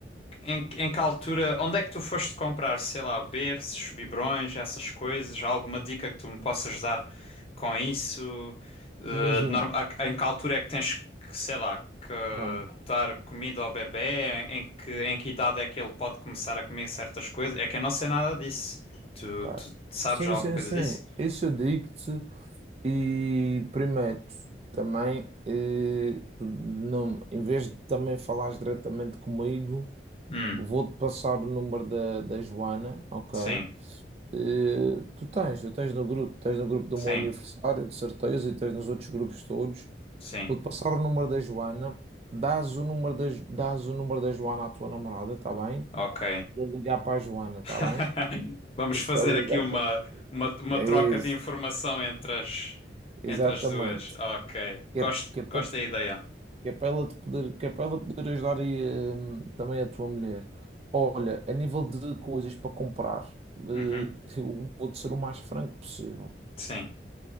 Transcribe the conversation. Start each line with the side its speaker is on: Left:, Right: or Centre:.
Left: em, em que altura, onde é que tu foste comprar, sei lá, berços, biberões, essas coisas? Há Alguma dica que tu me possas dar com isso? Eh,
Right: Imagina.
Left: de norma- a- em que altura é que tens que, sei lá, que
Right: Claro,
Left: dar comida ao bebé? Em, em que, em que idade é que ele pode começar a comer certas coisas? É que eu não sei nada disso. Tu,
Right: claro.
Left: tu sabes
Right: Sim,
Left: alguma
Right: sim,
Left: coisa
Right: sim.
Left: disso?
Right: Isso eu digo-te. E prometo também, eh, tu não, em vez de também falares diretamente comigo,
Left: Hum,
Right: vou-te passar o número da, da Joana, ok?
Left: sim,
Right: Eh, tu tens, tu tens no grupo, tens no grupo do
Left: sim,
Right: meu aniversário, de certeza, e tens nos outros grupos todos.
Left: sim.
Right: Vou-te passar o número da Joana. Dás o número da, dás o número da Joana à tua namorada, tá bem?
Left: Ok.
Right: Vou ligar para a Joana, está
Left: <laughs>
Right: bem?
Left: Vamos fazer
Right: Para
Left: aqui
Right: ligar
Left: uma,
Right: para.
Left: uma, uma
Right: É
Left: troca
Right: isso,
Left: de informação entre as,
Right: exatamente.
Left: entre as duas. Ok. Gosto,
Right: Que é, que é para,
Left: gosto da ideia.
Right: que é para ela te poder, que é para ela poder ajudar aí, hum, também a tua mulher. Olha, a nível de coisas para comprar, eh,
Left: Uhum.
Right: eu vou-te ser o mais franco possível.
Left: Sim.